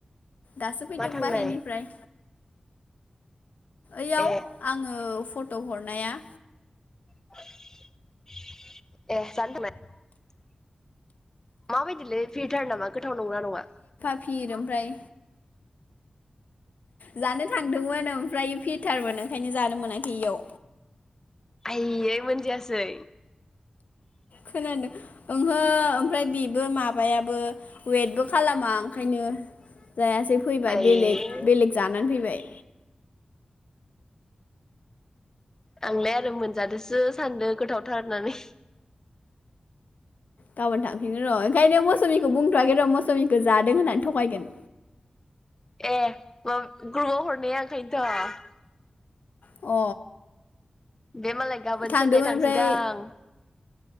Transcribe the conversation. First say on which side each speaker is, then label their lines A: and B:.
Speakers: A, on the left (about 85°); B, on the left (about 20°).
A: दासो फैदों
B: मा थांनाय
A: बाहेरनिफ्राय ओयाव
B: ए
A: आंङो फट ट' हरनाया।
B: ए जानो थानाय? माबायदिलै फिउथार नामा गोथाव नंगौ ना नंङा?
A: फिर ओमफ्राय जानो थांदोंमोन ओमफ्राय फिरटारमोन ओंखायनो जानो मोनाखै इयाव।
B: आय यै मोनजायासै?
A: खोनादों ओहो ओमफ्राय बेबो माबायाबो वेटबो खालामा खायनो जायासै फैबाय
B: आयै
A: बेलेग बेलेग जानानै फैबाय।
B: आंलाय आरो मोनजादोसो सानदो गोथावथार होननानै।
A: गाबोन थांफिनगोन र' ओंखायनो मौसुमिखौ बुंथ'वाखै र' मौसुमिखौ जादों होननानै थगायगोन।
B: ए बाब ग्रुपाव हरनाया ओंखायनोथ'
A: अ
B: बे मालाय गाबोन
A: थांदोंमोन
B: चेन्नाय थांसैदां
A: ओमफ्राय